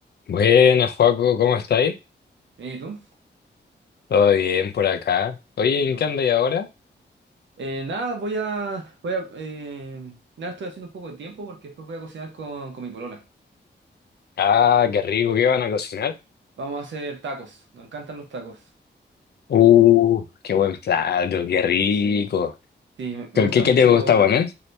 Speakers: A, on the left (about 60°); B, on the right (about 85°).
A: Buenas, Joaco, ¿cómo estáis?
B: Bien, ¿y tú?
A: Todo bien por acá. Oye,
B: Qué
A: ¿en
B: bueno.
A: qué andáis ahora?
B: Eh, nada, voy a, voy a, eh, nada, estoy haciendo un poco de tiempo porque después voy a cocinar con, con mi polola.
A: Ah, qué rico, ¿qué van a cocinar?
B: Vamos a hacer tacos, nos encantan los tacos.
A: Uh, qué buen plato, qué rico.
B: Sí, sí, me, me
A: ¿Qué,
B: gusta
A: qué
B: mucho,
A: te gusta poner?